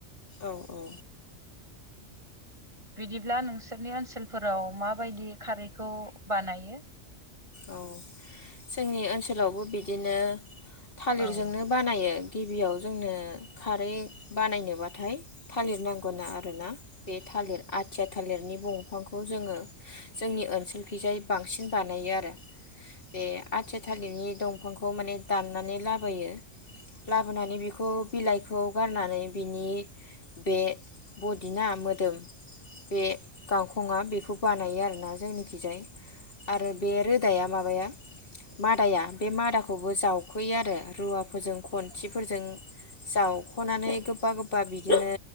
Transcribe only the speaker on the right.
बिदिब्ला नोंसोरनि ओनसोलफोराव माबायदि खारैखौ बानायो
औ